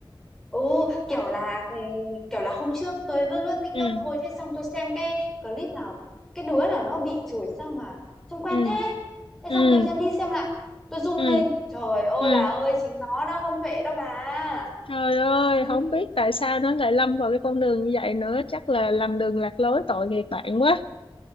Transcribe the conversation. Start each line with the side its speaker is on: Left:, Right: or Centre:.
Centre: Ồ, kiểu là ừ, kiểu là hôm trước tôi lướt lướt TikTok
Left: ừ
Centre: thôi thế xong tôi xem cái clip nào cái đứa nào nó bị chửi sao mà trông quen
Left: ừ
Centre: thế. Thế
Left: ừ
Centre: xong tôi xem đi xem lại Tôi zoom
Left: ừ
Centre: lên Trời ơi
Left: ừ
Centre: bà ơi chính nó đó con Huệ đó bà
Left: Trời ơi,
Centre: ừ.
Left: không biết tại
Centre: Ừ.
Left: sao nó lại lâm vào cái con đường như vậy nữa, chắc là lầm đường lạc lối tội nghiệp bạn quá.